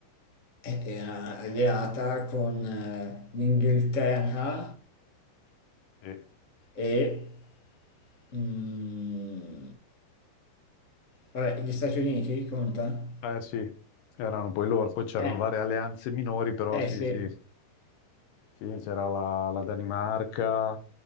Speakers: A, on the left; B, on the left.
A: e- era alleata con eh, l'Inghilterra
B: Sì.
A: e mm, vabbè, gli Stati Uniti, conta?
B: Eh sì, erano poi loro, poi c'erano
A: Eh,
B: varie alleanze minori, però
A: eh
B: sì,
A: sì,
B: sì, sì, c'era la, la Danimarca,